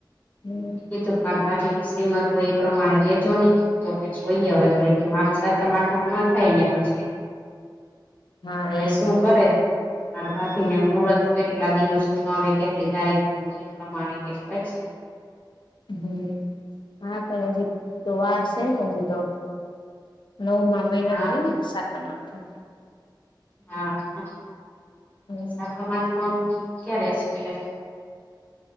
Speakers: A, on the left; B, on the left.
A: હમ
B: કીધું માર ભાભી નું શ્રીમંત તો એ પ્રમાણે લેજો ની તો કે જોઈએ હવે તો એ મારે સાતમ આઠમ નો થાય <unintelligible> પછી.
A: હા
B: હવે
A: એ
B: શું કરે મારા ભાભીને મુહૂર્ત કેટલા દિવસનો આવે કેટલી તારીખનો એ પ્રમાણે <inaudible> <inaudible>
A: હમ, હા પણ હજી તો વાર સે ને હજી તો. નવમાં મહિનામાં
B: હા
A: હોય ને સાતમ આઠમ.
B: હા, હા,
A: હમ
B: સાતમ આઠમ ક્યારે છે?